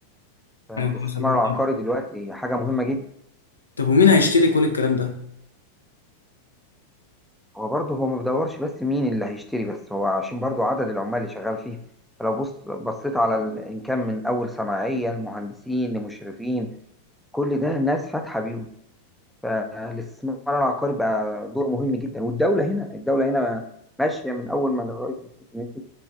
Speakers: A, in the centre; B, on the left.
A: فالاستثمار
B: ايوه حصل بقى
A: العقاري
B: طب
A: دلوقتي حاجة مهمة جدا
B: طب ومين هيشتري كل الكلام ده
A: هو برضه هو ما بيدورش بس مين اللي هيشتري بس هو عشان برضه عدد العمال اللي شغال فيه فلو بص بصيت على ال- ان كان من اول صناعية لمهندسين لمشرفين كل ده ناس فاتحة بيوت فالاستثمار العقاري بقى دور مهم جدا والدولة هنا الدولة هنا ماشية من أول ما الرئيس السيسي مسك